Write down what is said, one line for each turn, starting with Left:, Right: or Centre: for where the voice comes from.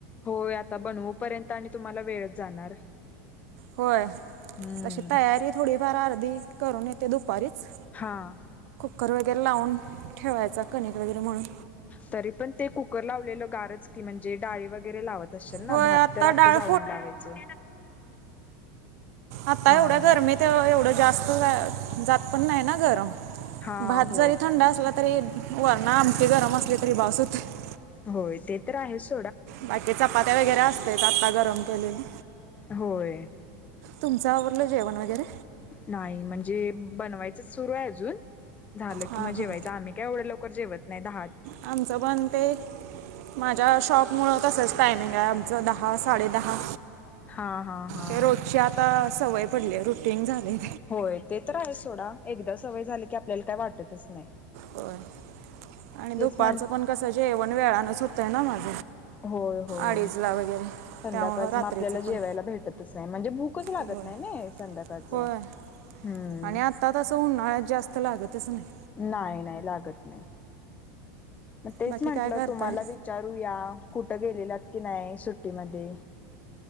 Left: होय आता बनवू पर्यंत आणि तुम्हाला वेळच जाणार.
Right: होय,,
Left: हम्म
Right: तशी तयारी थोडीफार अर्धी करून येतोय दुपारीच.
Left: हां
Right: कर वगैरे लावून, ठेवायचा, कणिक वगैरे मळून.
Left: तरी पण ते कुकर लावलेलं गारच की म्हणजे डाळी वगैरे लावतऽऽ तशील
Right: होय
Left: ना भात
Right: आत्ता
Left: तर
Right: डाळ
Left: आता जाऊन लावायचं.
Right: आता
Left: हा
Right: एवढ्या गरमी ते एवढं जास्त. अं ऽ, जात पण नाही ना गरम,,
Left: हा
Right: भात
Left: होय.
Right: जरी थंड असला तरीऽऽ वरनं आमटी गरम असली तरी बास हुतयऽ
Left: होय ते तर आहेचऽऽ
Right: बाकी चपात्या वगैरे असतयच आता गरम केलेली.
Left: होय,,
Right: तुमचं आवरलं जेवण वगैरे
Left: नाही म्हणजेऽऽ बनवायचंच सुरू आय अजून,, झालं
Right: हां
Left: की मग
Right: हां
Left: जेवायचं,,, आम्ही काय एवढं लवकर जेवत नाही दहाऽऽ
Right: आमचं पण ते,, माझ्या शॉपऽऽ मुळं तसंच टायमिंग हाय आमचं,, दहा, साडे दहा.
Left: हा हा हा
Right: ते रोजची आताऽऽ सवय पडलीय, रुटीन झालय.
Left: होय, ते तर आहेच सोडा,, एकदा सवय झाली की आपल्याला काय वाटतच नाइ.
Right: वय, दुपारचं
Left: म्हण
Right: पण कसं जेवण वेळानच होतंय ना माझं.
Left: होय, होय,
Right: अडीचला वगैरे
Left: संध्याकाळच
Right: त्यामुळं रात्रीचं
Left: म आपल्याला
Right: पण
Left: जेवायला भेटतचं आय म्हणजे भूऽऽ कुच लागत
Right: होय
Left: नाई नाइ संध्याकाळचं?
Right: होय
Left: हं.
Right: आणि आत्ता तसं उन्हाळ्यात जास्त लागतच नाही
Left: नाही, नाही, लागत नाई. म तेच
Right: बाकी
Left: म्हंटलं
Right: काय करताय
Left: तुम्हाला विचारूया, कुठं गे लेल्यात की नाई, सुट्टीमध्ये?